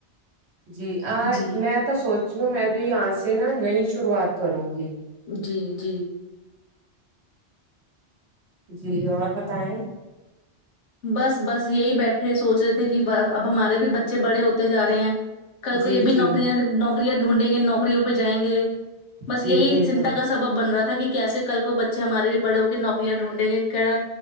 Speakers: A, on the right (about 70°); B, on the left (about 85°).
A: جی آج
B: جی
A: میں تو سوچ رہی ہوں میں بھی آج سے نا نئی شروعات کروں گی
B: جی جی
A: جی اور بتائیں
B: بس بس یہی بیٹھے سوچ رہے تھے کہ اب ہمارے بھی بچے بڑے ہوتے جا رہے ہیں کل کو
A: جی
B: یہ بھی نوکریاں
A: جی
B: نوکریاں ڈھونڈیں گے نوکریوں پہ جائیں گے بس
A: جی
B: یہی
A: بالکل
B: چنتا کا سبب بن رہا تھا کہ کیسے کل کو بچے ہمارے بھی بڑے ہو کے نوکریاں ڈھونڈیں گے کیا